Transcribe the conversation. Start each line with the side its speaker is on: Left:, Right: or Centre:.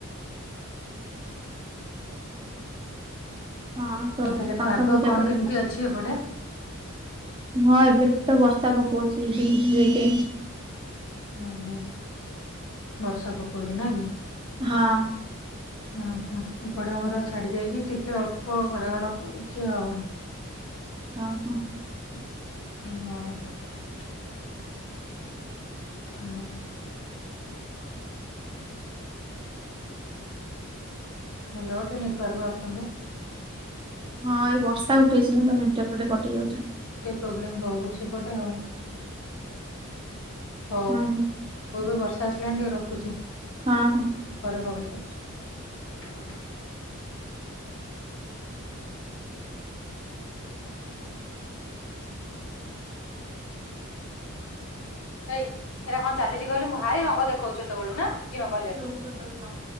Right: ହଁ, ଷୋଳ
Left: ଆଉ ତାହେଲେ
Right: <inaudible> ଶଙ୍ଖା
Left: ପାଗ
Right: ପୂଜା
Left: କଣ
Right: କରେ।
Left: କେମିତି ଅଛି ଏପଟେ?
Right: ହଁ, ଏବେ ତ ବର୍ଷା ପକଉଚି, ଏବେ ଟିକେ ଏବେ
Left: ଉହୁଁ, ବର୍ଷା ପକଉଚି ନା କି?
Right: ହଁ।
Left: ଉଁ, ହୁଁ ଏପଟେ ଆମର ଛାଡି ଯାଇଛି। ଟିକେ ଅଳ୍ପ ଘଡଘଡ କରୁଛି ଆଉ।
Right: ଅହଁ।
Left: <unintelligible> <unintelligible> ହେଲୋ ଟିକେ ନେଟୱାର୍କ ଆସନ୍ତୁ।
Right: ହଁ, ଏଇ ବର୍ଷା ଉଠେଇଛି ନା, ତ ନେଟୱାର୍କ ଟିକେ କଟି ଯାଉଛି।
Left: ପ୍ରୋବ୍ଲେମ୍ ରହୁଛି ଏପଟେ ଆଉ। ହଉ।
Right: ହଁ
Left: ହଉ ଏବେ ବର୍ଷା ଆସିଲାଣି, ଟିକେ ରଖୁଛି।
Right: ହଁ, ହଁ।
Left: ପରେ କଲ୍ କରୁଛି। ଏଇ ହେଇରା କଣ ଚାଲିଛି କହିଲୁ? ମୁଁ ଭାରି ରଙ୍ଗ ଦେଖଉଛି ହେତେବେଳୁ ନା, କିଛି ନ କହିଲାଠୁ?
Right: ହଁ।